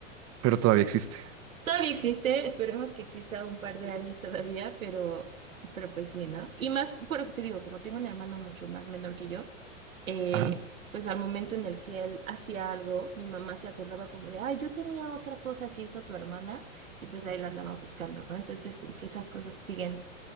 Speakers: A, on the right; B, on the right.
A: pero todavía existe.
B: Todavía existe, esperemos que exista un par de años todavía, pero, pero pues sí, ¿no? Y más, pero te digo, como tengo un hermano mucho más menor que yo, eh,
A: Ajá.
B: pues al momento en el que él hacía algo, mi mamá se acordaba como de, ay, yo tenía otra cosa que hizo tu hermana, y pues ahí la andaba buscando, ¿no? Entonces, como que esas cosas siguen